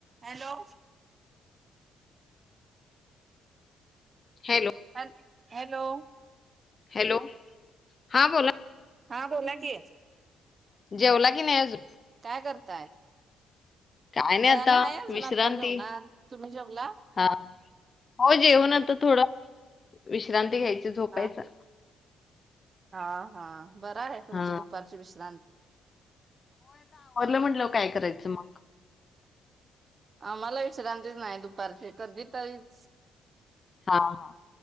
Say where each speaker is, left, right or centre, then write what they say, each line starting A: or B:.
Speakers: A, on the right (about 40°); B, on the left (about 35°).
A: Hello
B: hello
A: ह hello
B: hello हा बोला
A: हा बोला की.
B: जेवला की नाही अजून?
A: काय करताय
B: काय
A: अ
B: आता
A: नाही अजून
B: विश्रांती
A: आता जेवणार तुम्ही जेवला?
B: हा हो जेऊन आता थोडं विश्रांती घ्यायची. झोपायचं
A: हा हा हा बर आहे. तुमची
B: हा
A: दुपारची विश्रांती.
B: म्हटल्यावर काय करायचं मग.
A: आम्हाला विश्रांतीच नाही दुपारची कधी तरीच.
B: हा हा